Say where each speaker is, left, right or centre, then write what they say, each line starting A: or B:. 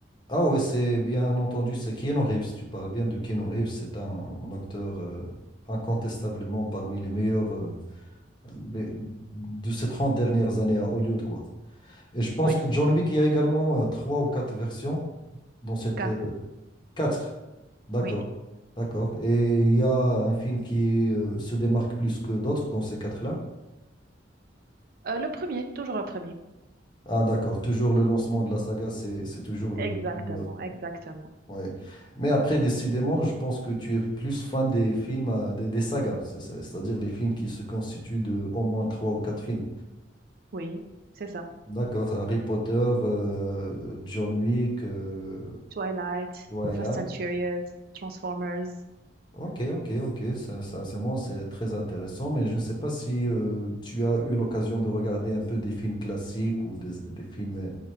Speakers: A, on the left (about 25°); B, on the right (about 55°).
A: Ah oui, c'est bien entendu, c'est Keanu Reeves. Tu parles bien de Keanu Reeves, c'est un acteur euh, incontestablement parmi les meilleurs euh, les- de ces 30 dernières années à Hollywood, quoi. Et je pense
B: Oui,
A: que John Wick, il y a également euh, trois ou quatre versions dans cette...
B: quatre,
A: euh, quatre. D'accord,
B: oui.
A: d'accord. Et il y a un film qui euh, se démarque plus que d'autres dans ces quatre-là.
B: Euh, le premier, toujours le premier.
A: Ah, d'accord. Toujours le lancement de la saga, c'est c'est toujours le
B: Exactement,
A: le meilleur.
B: exactement.
A: Ouais. Mais après, décidément, je pense que tu es plus fan des films, euh, des, des sagas, c'est- c'est- c'est-à-dire les films qui se constituent de au moins trois ou quatre films.
B: Oui, c'est ça.
A: D'accord. Harry Potter, euh, John Wick, euh,
B: Twilight,
A: Twilight.
B: Fast and Furious, Transformers.
A: Ok, ok, ok, ça, ça, c'est bon, c'est très intéressant, mais je ne sais pas si euh, tu as eu l'occasion de regarder un peu des films classiques ou des, des films euh,